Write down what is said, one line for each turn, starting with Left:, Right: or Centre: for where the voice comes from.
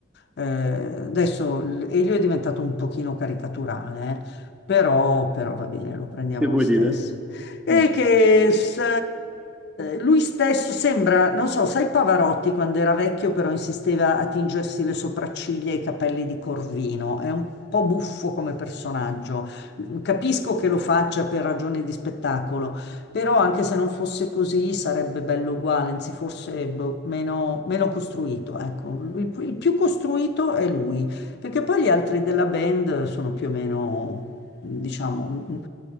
Left: Eh, adesso l- Elio è diventato un pochino caricaturale, eh, Però, però va bene, lo prendiamo
Centre: Che vuoi
Left: lo stesso
Centre: dire?
Left: e
Centre: Mm.
Left: che s- lui stesso sembra, non so, sai Pavarotti quando era vecchio però insisteva a tingersi le sopracciglia e i capelli di Corvino, è un po' buffo come personaggio. Capisco che lo faccia per ragioni di spettacolo, però anche se non fosse così sarebbe bello uguale, anzi forse boh, meno, meno costruito, ecco. Il, il più costruito è lui, perché poi gli altri della band sono più o meno, diciamo, mh,